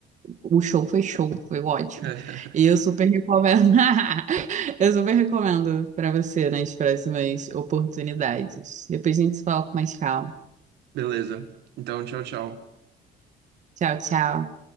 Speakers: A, on the right; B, on the right.
A: O show foi show, foi ótimo.
B: <laughs>
A: E eu super recomendo. <laughs> Eu super recomendo para você nas próximas oportunidades. Depois a gente se fala com mais calma.
B: Beleza. Então, tchau, tchau.
A: Tchau, tchau.